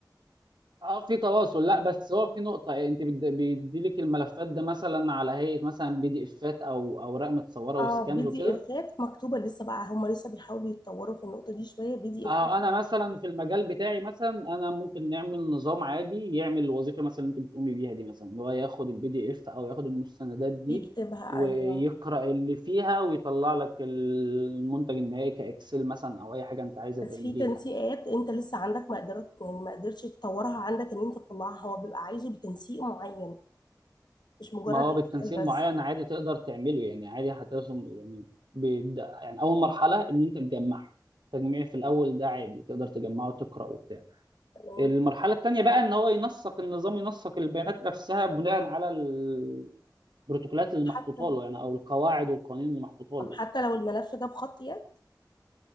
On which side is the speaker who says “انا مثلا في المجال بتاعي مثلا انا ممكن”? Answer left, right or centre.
Right